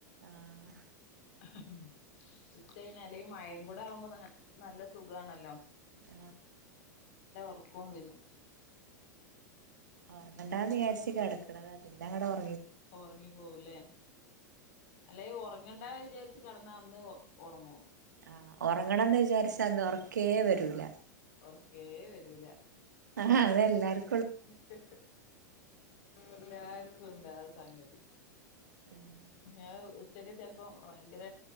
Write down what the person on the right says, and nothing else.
ആഹ്
ആ
ഉറങ്ങേണ്ടന്ന് വിചാരിച്ച് കിടക്കണത്. പിന്നെങ്ങണ്ട് ഓറങ്ങും.
ആ, ഉറങ്ങണംന്ന് വിചാരിച്ച് <inaudible> <unintelligible> ന്ന് ഉറക്കേ വരൂല.
ആ ആ അതെല്ലർക്കും <inaudible>
ഉം <unintelligible>